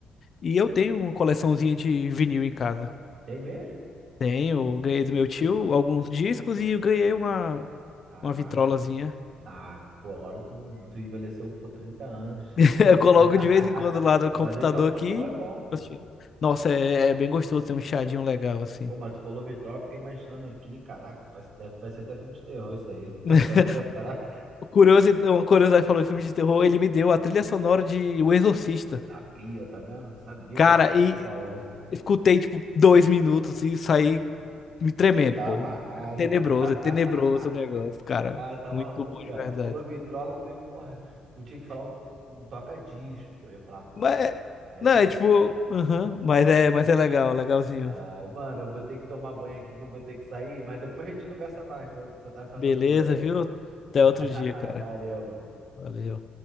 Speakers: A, on the left; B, on the right.
A: e eu tenho uma coleçãozinha de vinil em casa.
B: Tem mesmo?
A: Tenho,
B: Que
A: ganhei
B: isso,
A: do meu tio
B: mano?
A: alguns discos e eu ganhei uma,
B: Caraca.
A: uma vitrolazinha.
B: Ah, pô, agora tu, tu envelheceu por 30 anos.
A: <laughs> Eu coloco
B: <laughs>
A: de vez em quando lá do computador
B: Mas eles falam que
A: aqui.
B: o som é bom, pô.
A: assistindo. Nossa, é, é bem gostoso ter um chadinho legal assim.
B: Pô, mas tu falou Vitrol, eu fiquei imaginando aqui, caraca, parece- deve parecer até filme de terror isso aí, <laughs>
A: <laughs>
B: tocando essa parada.
A: Curiosi- uma curiosidade falou em filme de terror, ele me deu a trilha sonora de O Exorcista.
B: Sabia, tá vendo? Sabia
A: Cara,
B: que eu sei o
A: e
B: que eu tô falando.
A: Escutei, tipo, dois minutos e saí me tremendo,
B: Tá
A: pô.
B: amarrado.
A: É tenebroso,
B: <laughs>
A: é tenebroso o negócio, cara.
B: Cara, tá
A: Muito
B: maluco,
A: bom
B: cara.
A: de verdade.
B: Tu falou Vitrola, eu falei, porra, tu tinha que falar um, um- um toca-disco. Aí eu falava, porra,
A: Mas, é-
B: já
A: não,
B: é
A: é
B: velho.
A: tipo, aham, mas é, mas é legal, legalzinho.
B: Ai, mano, eu vou ter que tomar banho aqui que eu vou ter que sair, mas depois a gente conversa mais, pra tu contar essas
A: Beleza,
B: loucuras aí.
A: viu? Até
B: <laughs>
A: outro dia, cara.
B: Valeu, mano.
A: Valeu.